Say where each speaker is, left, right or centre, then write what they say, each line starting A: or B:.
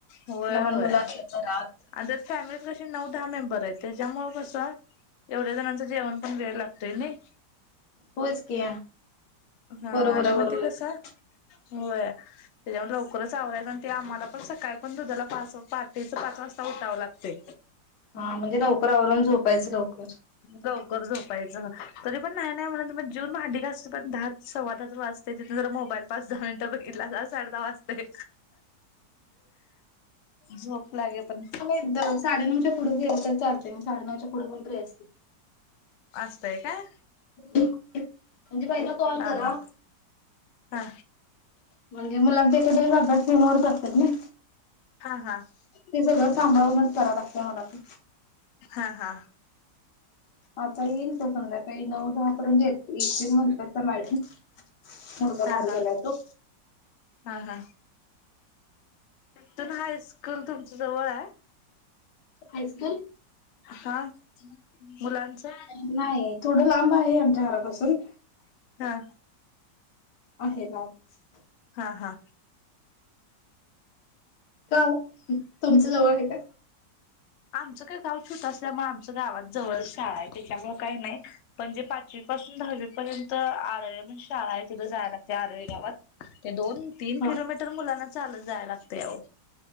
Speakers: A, on the left; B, on the left.
A: होय
B: लहान
A: होय.
B: मुलं असली तर घरात
A: आणि त्या फॅमिलीत कशी नऊ दहा मेंबर आहेत त्यांच्यामुळे कसं एवढ्या जणांचं जेवण पण वेळ लागतंय नाही
B: होयच की
A: हा
B: बरोबर
A: आणि
B: आहे
A: मग
B: बरोबर
A: ते कसं
B: आहे.
A: होय त्यांच्यामुळे लवकरच आवराव ते आम्हाला पण सकाळी पण दुधाला पाच पाहाटेच पाच वाजता उठावं लागतंय
B: हा म्हणजे लवकर आवरून झोपायचं लवकर
A: लवकर झोपायचं तरी पण नाही नाही. म्हणत मनत जेवूण भांडी घासत पर्यत दहा सव्वा दहा वाजते. तिथून जरा मोबाईल पाच दहा मिनिटं बघितला त साडे दहा वाजते. झोप लागे पण
B: एक साडेनऊच्या पुढे गेलं तर चालतेय मी साडेनऊच्या पुढे पण फ्री असते.
A: असतय काय?
B: म्हणजे पहिला एक कॉल
A: हा
B: करा.
A: हा हा
B: म्हणजे मुलांचा एखाद्या वेळेस अभ्यास केल्यावर करतात ना.
A: हा हा
B: ते सगळं सांभाळूनच करावं लागतं. मला पण
A: हा हा
B: आता येईल पण संध्याकाळी नऊ दहापर्यंत येेत म्हणतात त्या मॅडम मुलगा
A: हा
B: बाहेर
A: हा
B: गेलाय तो
A: हा हा इथून हाय स्कूल तुमच्या जवळ आहे.
B: हाय स्कूल
A: हा मुलांचा
B: नाही नाही थोडं लांब आहे. आमच्या घरापासून
A: हा
B: आहे लांब
A: हा हा
B: का ओ तुमच्या जवळ हे का!
A: आमचं काय गाव छोटं असल्यामुळे आमच्या गावात जवळ शाळा आहे. त्याच्यामुळ काही नाही म्हणजे पाचवी पासून दहावी पर्यंत आरळी म्हणजे शाळा आहे तिथं जाय लागते. आरळी गावात ते दोन तीन
B: हा
A: किलो मीटर मुलांना चालत जायाय लागतय. अहो